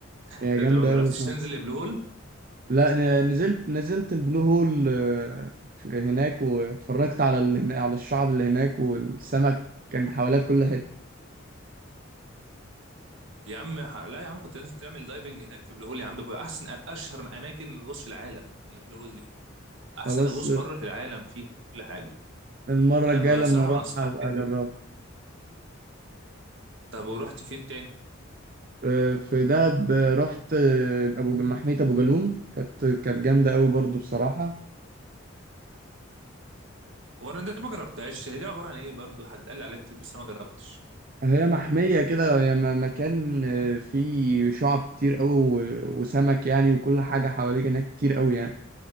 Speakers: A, on the right (about 65°); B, on the right (about 45°).
A: انت
B: هي جامده
A: أنت ما جربتش
B: قوي
A: تنزل البلو هول
B: لا انا نزلت نزلت البلو هول آه، في- هناك واتفرجت على ال... هنا- على الشعب اللي هناك والسمك كان حواليها بكل حته
A: يا عم ح- لا يا عم كنت لازم تعمل دايفنج هناك في بلو هول يا عم ده بقى احسن اشهر اماكن الغوص في العالم اللي بلو هول دي احسن
B: خلاص
A: غوص
B: آه،
A: حر في العالم فيها كل حاجه
B: المره
A: انا
B: الجايه لما
A: بصراحه
B: اروح
A: بنصحك
B: هبقى
A: فيها
B: اجربها
A: جدا طب ورحت فين تاني
B: آه، في دهب آه، رحت آه، ابو ج- محميه ابو جالوم كانت كانت جامده قوي برضو بصراحه
A: هو انا ده ما جربتهاش هي دي عباره عن ايه برضو حد قال لي عليها كتير بس انا ما جربتش
B: هي محميه كده هي م- مكان آه، فيه شعب كتير قوي و- وسمك يعني وكل حاجه حواليك هناك كتير قوي يعني